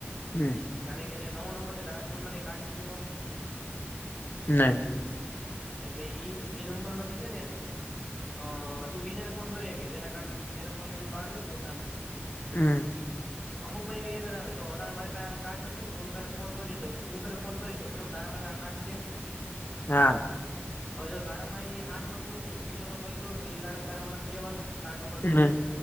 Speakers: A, on the left; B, in the centre.
A: હમ.
B: જાણે કે જે નવો નંબર છે તારા ફોન માંથી કાર્ડ નથી હોવાનું
A: નહી.
B: એટલે ઈ ઈ નંબર માંથી છે ને અ તું બીજાને ફોન કરી હકે જેના કાડ જેના ફોનમાં એનું કાર્ડ હોય ને પોતાનું
A: હમ.
B: અમુકમાં એવી એરર આવે જો અટાણે મારી પાહે આને કાર્ડ નથી તો હું તને ફોન કરી શક હું તને ફોન કરી શકું કેમ તારા માટે આ કાર્ડ છેે.
A: હા.
B: હવે જો તારામાં એ આ નંબર પૂરો થઇજે બીજો નંબર લીધો એટલે ઈ કાર્ડ તારામાં નથી રેવાનું. કાર્ડ નંબર ટુ
A: હમ